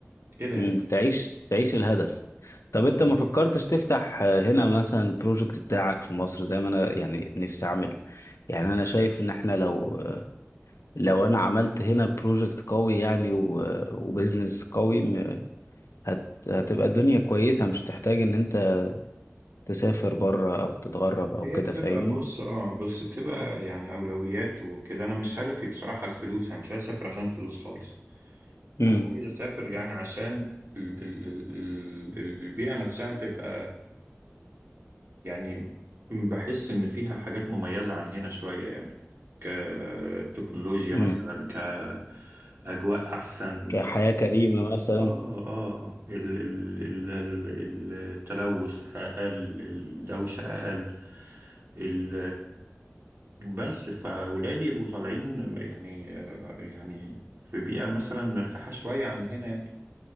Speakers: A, on the right (about 60°); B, on the left (about 85°).
A: كده
B: مم.
A: يعني
B: تعيش تعيش الهدف طب انت
A: بالظبط
B: ما فكرتش تفتح آه، هنا مثلا بروجكت بتاعك في مصر زي ما انا يعني نفسي اعمل يعني انا شايف ان احنا لو لو انا عملت هنا بروجكت قوي يعني و- وبزنس قوي م- هت هتبقى الدنيا كويسة مش تحتاج ان انت تسافر بره او تتغرب او
A: هي
B: كده
A: بتبقى
B: فاهمني
A: بص اه بس بتبقى يعني أولويات وكده أنا مش هدفي بصراحة الفلوس أنا مش عايز أسافر عشان فلوس خالص
B: امم
A: أنا عايز أسافر يعني عشان ال- ال- ال- البيئة نفسها تبقى يعني بحس إن فيها حاجات مميزة عن هنا شوية يعني كتكنولوجيا
B: امم
A: مثلا كأجواء أحسن
B: كحياة كريمة مثلا
A: آه آه ال ال ال ال التلوث أقل الدوشة أقل ال بس فولادي يبقوا طالعين يعني يعني في بيئة مثلا مرتاحة شوية عن هنا يعني